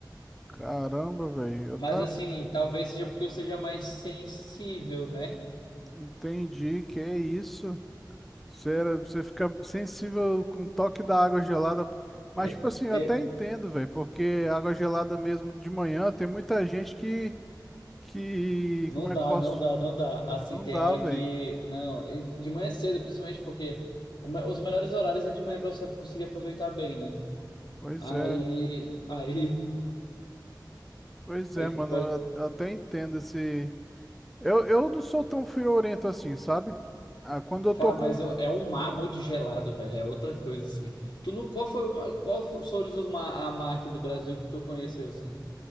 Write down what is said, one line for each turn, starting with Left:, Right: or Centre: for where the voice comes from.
Centre: Caramba, velho. Eu
Left: Mas,
Centre: tá.
Left: assim, talvez seja porque eu seja mais sensível, né?
Centre: Entendi. Que é isso? Você, era- você fica sensível com o toque da água gelada. Mas,
Left: É,
Centre: tipo assim, eu
Left: é,
Centre: até entendo, velho. Porque água gelada mesmo de manhã, tem muita gente que. Que.
Left: não
Centre: Como é
Left: dá,
Centre: que posso?
Left: não dá, não dá. Assim,
Centre: Não
Left: tem
Centre: dá,
Left: hora
Centre: velho.
Left: que. Não, e de manhã cedo, principalmente porque o me- os melhores horários é de manhã pra você conseguir aproveitar bem, né?
Centre: Pois
Left: Aí,
Centre: é.
Left: aí,
Centre: Pois
Left: <laughs>
Centre: é,
Left: aí
Centre: mano.
Left: pode.
Centre: Eu, eu até entendo esse. Eu, eu não sou tão friorento assim, sabe? Ah, quando eu
Left: Cara,
Centre: tô com.
Left: mas eu- é um mar muito gelado, velho. É outra coisa, assim. Tu não, qual foi o mar, qual foram os mar, a mar aqui do Brasil que tu conheceu, assim?